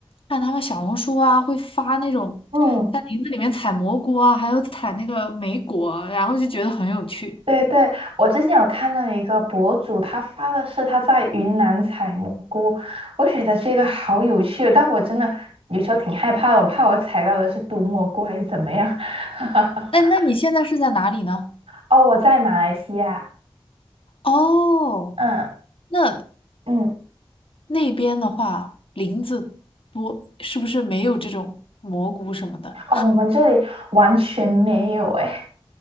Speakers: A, on the left; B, on the right.
A: 看他们小红书啊，会发那种在林子里面采蘑菇啊，
B: 嗯。
A: 还有采那个莓果啊然后就觉得很有趣。
B: 对对，我之前有看到一个博主，他发的是他在云南采蘑菇，我觉得这个好有趣，但我真的有时候挺害怕的，我怕我采到的是毒蘑菇还是怎么样。<laughs>
A: 那那你现在是在哪里呢？
B: 哦，我在马来西亚，
A: 哦，
B: 嗯
A: 那
B: 嗯，
A: 那边的话，林子多，是不是没有这种蘑菇什么的？
B: 哦，我们这里完全没有哎。